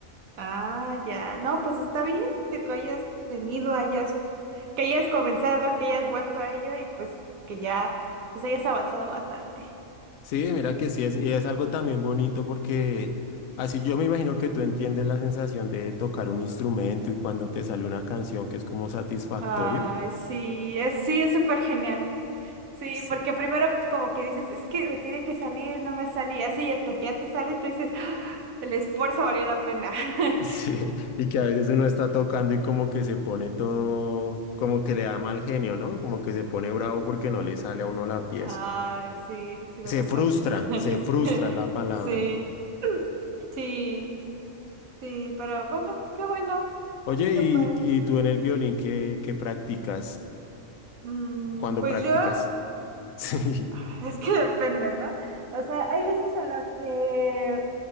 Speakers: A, on the right; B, on the left.
A: ah, ya. No, pues está bien que lo hayas tenido, hayas, que hayas comenzado, que hayas vuelto a ello y pues que ya, pues hayas avanzado bastante.
B: Sí, mira que sí es, y es algo también bonito porque así yo me imagino que tú entiendes la sensación de tocar un instrumento y cuando te sale una canción que es como satisfactorio.
A: Ay, sí, es, sí, es súper genial. Sí,
B: S-
A: porque primero como que dices, es que me tiene que salir, no me sale, y así hasta que ya te sale, y tú dices, "Ah, el esfuerzo valió la pena. <laughs>
B: Sí, <laughs> y que a veces uno está tocando y como que se pone todo, como que le da mal genio, ¿no? Como que se pone bravo porque no le sale a uno la pieza.
A: Ay, sí, sí luego
B: Se frustra,
A: pasa. <laughs>
B: se frustra es la palabra.
A: Sí, sí, sí, pero bueno, qué bueno,
B: Oye,
A: qué
B: ¿y,
A: pues,
B: y tú en el violín qué, qué practicas?
A: mm,
B: ¿Cuándo
A: pues
B: practicas?
A: yo,
B: <laughs> Sí,
A: <sighs> es que depende, ¿no? O sea, hay veces en las que